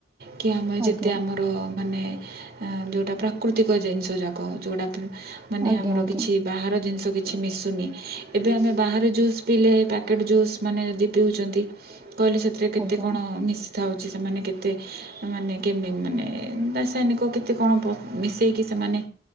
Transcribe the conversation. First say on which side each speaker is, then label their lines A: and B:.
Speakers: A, on the right (about 55°); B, on the right (about 20°).
A: କି ଆମେ ଯେତେ
B: ଆଜ୍ଞା
A: ଆମର ମାନେ ଯେଉଁଟା ପ୍ରାକୃତିକ ଜିନିଷ ଯାକ ଯେଉଁଟା ମାନେ
B: ଆଜ୍ଞା
A: ଆମର
B: ଆଜ୍ଞା
A: କିଛି ବାହାର ଜିନିଷ କିଛି ମିଶୁନି ଏବେ ଆମେ ବାହାରେ ଜୁସ୍ ପିଇଲେ ପ୍ୟାକେଟ୍ ଜୁସ୍ ମାନେ ଯଦି ପିଉଛନ୍ତି କହିଲେ ସେଥିରେ କେତେକଣ
B: ଆଜ୍ଞା
A: ମିସ୍ ଉ ସେମାନେ କେତେ ମାନେ ମାନେ ରାସାୟନିକ କେତେ କଣ ମିଶି ସେମାନେ